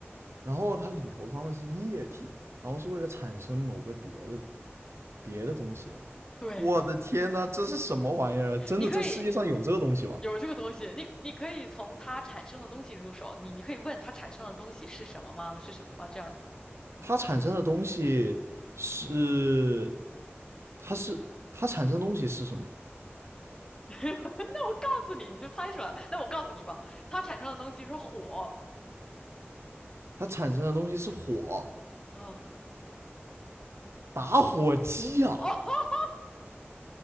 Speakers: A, on the right (about 75°); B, on the left (about 15°).
A: 然后它里头装的是液体，然后是为了产生某个别的别的东西的。
B: 对。
A: 我的天呐，这是什么玩意儿？真的，
B: 你可以
A: 这世界上有这个东西吗？
B: 有这个东西，你你可以从它产生的东西入手，你你可以问它产生的东西是什么吗？是什么吗？这样子，
A: 它产生的东西是，它是它产生的东西是什么？
B: <laughs> 那我告诉你，你就猜出来了。那我告诉你吧，它产生的东西是火。
A: 它产生的东西是火，
B: 嗯，
A: 打火机啊，
B: <laughs>